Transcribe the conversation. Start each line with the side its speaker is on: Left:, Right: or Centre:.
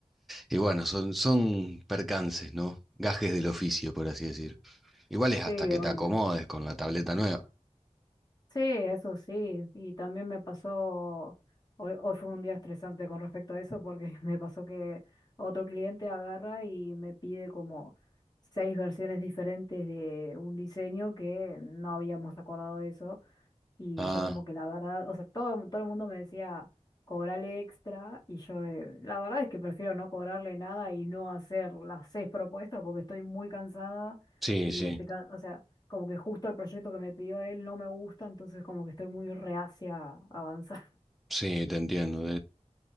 Centre: y bueno, son, son percances, ¿no? Gajes del oficio, por así decir. Igual es
Left: sí,
Centre: hasta que
Left: obvio.
Centre: te acomodes con la tableta nueva.
Left: Sí, eso sí, y también me pasó, hoy, hoy fue un día estresante con respecto a eso porque <laughs> me pasó que otro cliente agarra y me pide como seis versiones diferentes de un diseño que no habíamos acordado de eso y
Centre: Ah,
Left: yo como que la verdad, o sea, todo, todo el mundo me decía, cobrale extra, y yo eh, la verdad es que prefiero no cobrarle nada y no hacer las seis propuestas porque estoy muy cansada
Centre: sí,
Left: y
Centre: sí,
Left: estoy, ca- o sea, como que justo el proyecto que me pidió él no me gusta, entonces como que estoy muy reacia a avanzar. <laughs>
Centre: sí, te entiendo.